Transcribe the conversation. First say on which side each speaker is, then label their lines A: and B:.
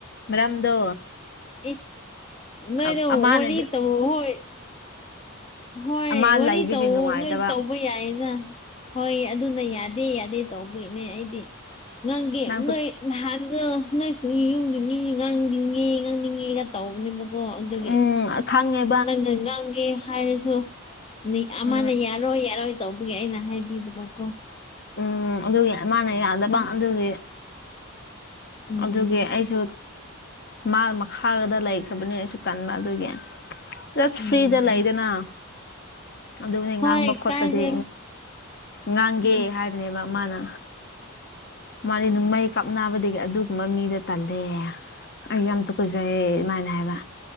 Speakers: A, on the left (about 50°); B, on the left (about 25°).
A: ꯃꯔꯝꯗꯣ
B: ꯏꯁ ꯅꯣꯏ
A: ꯑ-
B: ꯅ
A: ꯑꯃꯅꯗꯤ
B: ꯋꯥꯔꯤ ꯇꯕꯨ ꯍꯣꯏ ꯍꯣꯏ
A: ꯑꯃ ꯂꯩꯕꯒꯤ
B: ꯋꯥꯔꯤ ꯇꯧ
A: ꯅꯨꯡꯉꯥꯏꯇꯕ
B: ꯅꯣꯏ ꯇꯧꯕ ꯌꯥꯏꯌꯦꯅ ꯍꯣꯏ ꯑꯗꯨꯅ ꯌꯥꯗꯦ ꯌꯥꯗꯦ ꯇꯧꯕꯒꯤꯅꯦ ꯑꯩꯗꯤ ꯉꯥꯡꯒꯦ
A: ꯅꯪꯁꯨ
B: ꯅꯣꯏ ꯅꯍꯥꯟꯗ ꯅꯣꯏ ꯌꯨꯝꯒꯤ ꯃꯤ ꯉꯥꯡꯅꯤꯡꯉꯦ ꯉꯥꯡꯅꯤꯡꯉꯦꯒ ꯇꯧꯕꯅꯦꯕꯀꯣ ꯑꯗꯨ
A: ꯎꯝ ꯈꯪꯉꯦ
B: ꯅꯪꯒ ꯉꯥꯡꯒꯦ ꯍꯥꯏꯔꯁꯨ ꯃꯤ
A: ꯎꯝ
B: ꯑꯃꯅ ꯌꯥ ꯌꯥꯔꯣꯏ ꯌꯥꯔꯣꯏ ꯇꯧꯕꯒꯤ ꯑꯩꯅ ꯍꯥꯏꯕꯤꯗꯨꯕꯀꯣ
A: ꯎꯝ ꯑꯗꯨꯒꯤ ꯃꯥꯅ ꯌꯥꯗꯕ
B: ꯎꯝ
A: ꯑꯗꯨꯒꯤ
B: ꯎꯝ
A: ꯑꯗꯨꯒꯤ ꯑꯩꯁꯨ ꯃꯥ ꯃꯈꯥꯒꯗ ꯂꯩꯈ꯭ꯔꯕꯅꯤ ꯑꯩꯁꯨ ꯇꯟꯕ ꯑꯗꯨꯒꯤ ꯖꯁ
B: ꯎꯝ
A: ꯐ꯭ꯔꯤꯗ ꯂꯩꯗꯅ ꯑꯗꯨꯒꯅꯤ
B: ꯍꯣꯏ
A: ꯉꯥꯡꯕ ꯈꯣꯠꯄꯗꯤ
B: ꯀꯥꯏꯗꯦ
A: ꯉꯥꯡꯒꯦ
B: ꯎꯝ
A: ꯍꯥꯏꯕ ꯕ ꯃꯥꯅ ꯃꯥꯗꯤ ꯅꯨꯡꯃꯩ ꯀꯥꯞꯕꯗꯤꯒ ꯑꯗꯨꯒꯨꯝꯕ ꯃꯤꯗꯣ ꯇꯜꯂꯦ ꯑꯩ ꯌꯥꯝ ꯇꯨꯀꯠꯆꯩꯌꯦ ꯑꯗꯨꯃꯥꯏꯅ ꯍꯥꯏꯕ